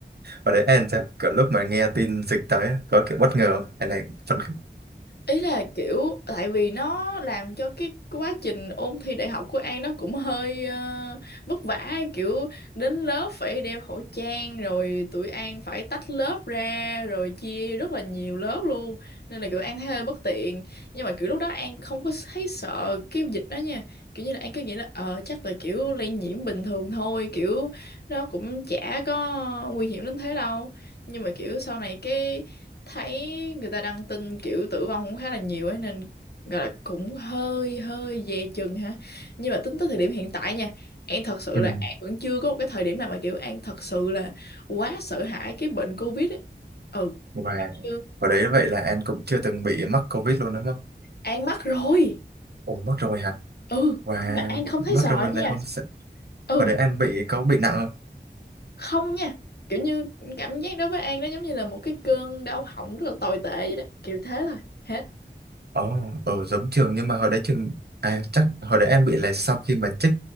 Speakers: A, on the right; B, on the left.
A: và đấy anh sao kiểu lúc mà nghe tin dịch tới á, có kiểu bất ngờ không? hay là phấn khích
B: ý là kiểu tại vì nó làm cho cái quá trình ôn thi đại học của An nó cũng hơi ờ, vất vả kiểu đến lớp phải đeo khẩu trang rồi tụi An phải tách lớp ra rồi chia rất là nhiều lớp luôn nên là kiểu An thấy hơi bất tiện nhưng mà kiểu lúc đó An không có thấy sợ cái dịch đó nha kiểu như là An cứ nghĩ là ờ chắc là kiểu lây nhiễm bình thường thôi kiểu nó cũng chả có nguy hiểm đến thế đâu nhưng mà kiểu sau này cái thấy người ta đăng tin kiểu tử vong cũng khá là nhiều ấy nên gọi là cũng hơi hơi dè chừng ha nhưng mà tính tới thời điểm hiện tại nha An thật sự
A: Ừ.
B: là An vẫn chưa có một cái thời điểm nào mà kiểu An thật sự là quá sợ hãi cái bệnh Covid ấy ừ
A: và
B: chứ
A: và đấy vậy là anh cũng chưa từng bị mắc covid luôn đúng không
B: An mắc rồi
A: ồ mắc rồi hả
B: ừ
A: và
B: nhưng mà An không
A: mắc
B: thấy sợ
A: rồi này
B: nha
A: không sợ.
B: ừ
A: hồi đấy anh bị có bị nặng không
B: không nha kiểu như cảm giác đối với An nó giống như là một cái cơn đau họng rất là tồi tệ vậy đó kiểu thế thôi hết
A: Ồ, ở giống trường nhưng mà hồi đấy trường à chắc hồi đấy em bị là sau khi mà chích